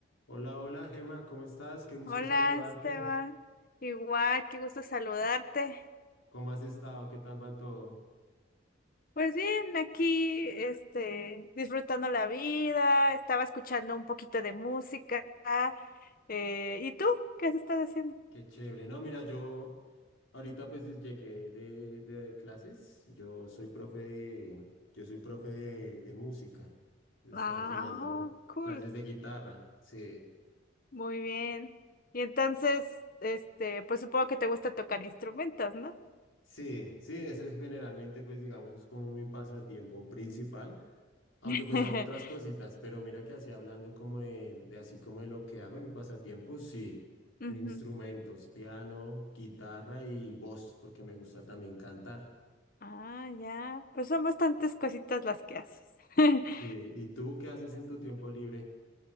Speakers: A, on the left; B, on the left.
A: Hola, hola, Gema, ¿cómo estás? Qué gusto
B: Hola
A: saludarte.
B: Esteban, igual, qué gusto saludarte.
A: ¿Cómo has estado? ¿Qué tal va todo?
B: Pues bien, aquí, este, disfrutando la vida, estaba escuchando un poquito de música. eh, ¿y tú? ¿Qué has estado haciendo?
A: Qué chévere. No, mira, yo ahorita pues llegué de, de clases. Yo soy profe de, yo soy profe de, de música. Les
B: Ah,
A: estaba enseñando
B: oh, cool,
A: clases de guitarra. Sí,
B: muy bien. Y entonces, este, pues supongo que te gusta tocar instrumentos, ¿no?
A: sí, sí, eso es generalmente pues digamos es como mi pasatiempo principal. Aunque
B: <laughs>
A: pues hago otras cositas, pero mira que así hablando como de, de así como de lo que hago en mi pasatiempo, sí,
B: Ujú.
A: mis instrumentos, piano, guitarra y voz, porque me gusta también cantar.
B: Ah, ya, pues son bastantes cositas las que haces. <laughs>
A: Sí, ¿y tú qué haces en tu tiempo libre?